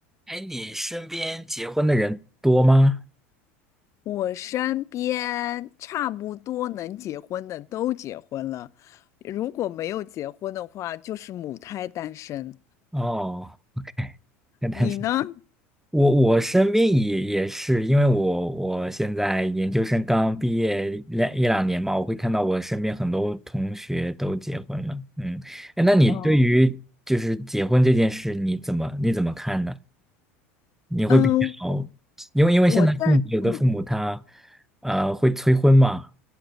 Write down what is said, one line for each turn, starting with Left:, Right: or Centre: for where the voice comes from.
Centre: 哎，你身边结婚的人多吗？
Left: 我身边差不多能结婚的都结婚了，如果没有结婚的话，就是母胎单身。
Centre: 哦，OK，那 <laughs> 但是
Left: 你呢？
Centre: 我我身边也也是，因为我我现在研究生刚毕业两一两年嘛，我会看到我身边很多同学都结婚了。嗯，哎，那你对于就是结婚这件事，
Left: 哦，
Centre: 你怎么你怎么看呢？你会比较，
Left: 嗯，
Centre: 因为因为现在父母有的父母他
Left: 我在，嗯。
Centre: 呃会催婚嘛，